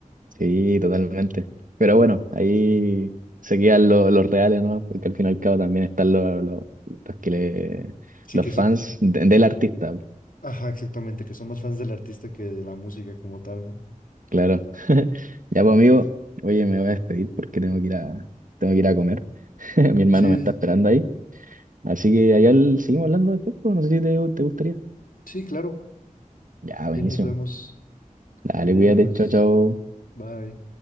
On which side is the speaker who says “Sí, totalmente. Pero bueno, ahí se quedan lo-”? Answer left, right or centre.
Right